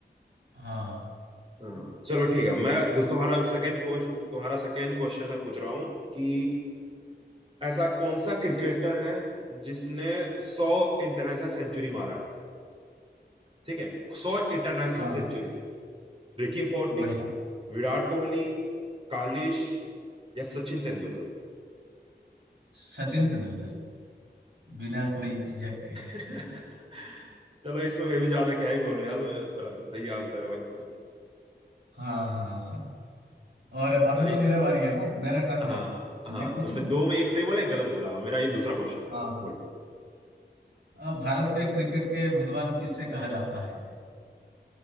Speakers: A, on the right; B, on the right.
A: हाँ
B: हाँ, चलो ठीक है मैं दोस्तों तुम्हारा सेकंड क्वेश्चन तुम्हारा सेकंड क्वेश्चन मैं पूछ रहा हूँ कि ऐसा कौन सा क्रिकेटर है जिसने सौ इंटरनेशनल सेंचुरी मारा है ठीक है सौ international
A: हाँ
B: century Ricky Ponting
A: बढ़िया
B: Virat Kohli Kallis या सचिन तेंदुलकर
A: सचिन तेंदुलकर बिना कोई झिझक के
B: <laughs> चलो इसमें मैं भी ज्यादा क्या ही बोलूं यार मैं थोड़ा सही आंसर है भाई तुम्हारा
A: हाँ हाँ हाँ और अभी
B: चलिए
A: तो मेरा बारी है ना मेरा टर्न
B: हाँ
A: है
B: हाँ
A: मैं पूछूं
B: तुमने दो में एक सही बोला एक गलत बोला मेरा ये दूसरा क्वेश्चन है
A: हाँ
B: हाँ बोलो
A: अ, भारत के क्रिकेट के भगवान किससे कहा जाता है